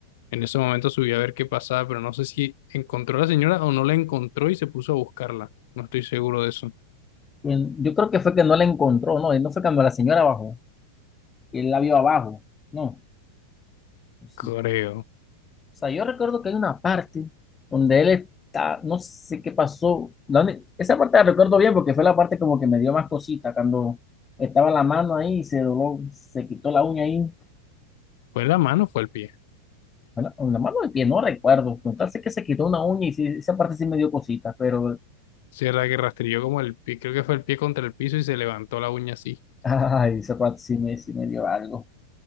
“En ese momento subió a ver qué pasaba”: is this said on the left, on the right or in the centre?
Left